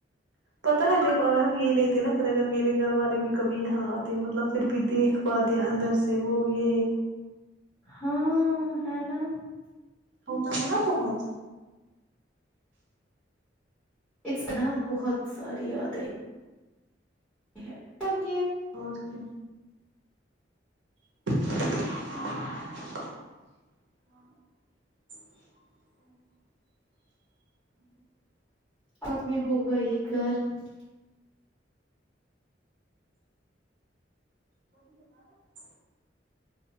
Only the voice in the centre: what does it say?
ہاں ہے نا
اس طناح بہت ساری یادیں <unintelligible>
خد میں ہوگا یہ گھر <unintelligible>